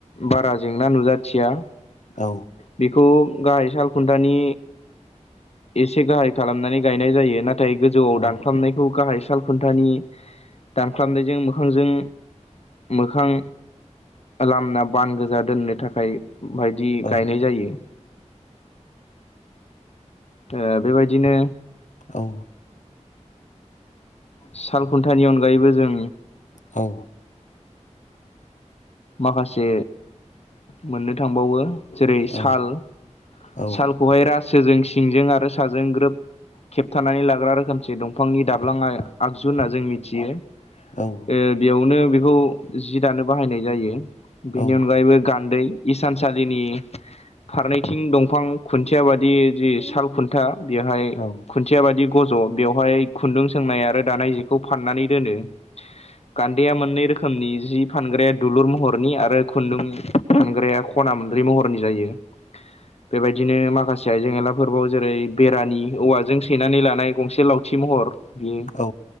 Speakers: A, on the left (about 55°); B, on the left (about 75°).
A: बारा जेंना नुजाथिया।
B: औ
A: बेखौ गाहाय साल खुन्थानि एसे गाहाय खालामनानै गायनाय जायो नाथाय गोजौआव
B: औ
A: दानख्लाबनायखौ गाहाय साल खुन्थानि दानख्लाबनायजों मोखांजों मोखां लामना बान गोजा दोननो थाखाय बायदि
B: औ
A: गायनाय जायो। ओ बेबायदिनो
B: औ
A: साल खुन्थानि अनगायैबो जों
B: औ
A: माखासे मोननो थांबावो जेरै साल
B: औ औ
A: सालखौहाय रासोजों सिंजों आरो साजों ग्रोब खेबथानानै लाग्रा रोखोमसे दंफांनि दाब्लाङा आगजु होनना जों मिथियो।
B: औ
A: ओ बेयावनो बेखौ जि दानो बाहायनाय जायो बेनि
B: औ
A: अनगायैबो गान्दै इसानसालिनि फारनैथिं दंफां खुन्थिया बादि जि साल खुन था बेहाय
B: औ
A: खुन थिया बादि गज' बेवहाय खुन्दुं सोंनाय आरो दानाय जिखौ फाननानै दोनो। गान्देया मोननै रोखोमनि जि फानग्राया दुलुर महरनि आरो खुन्दुं थुनग्राया खना मोनब्रै महरनि जायो बेबायदिनो माखासे थिइ जेंला आयला फोरबोवाव जेरै बेरानि औवाजों सैनानै लानाय गंसे लावथि महर बि
B: औ